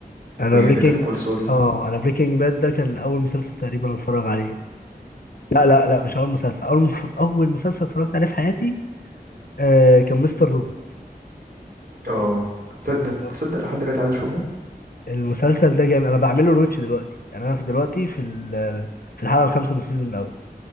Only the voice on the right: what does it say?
وبيتر
كول سول
اه تصدق
تصدق لحد دلوقتي عايز اشوفه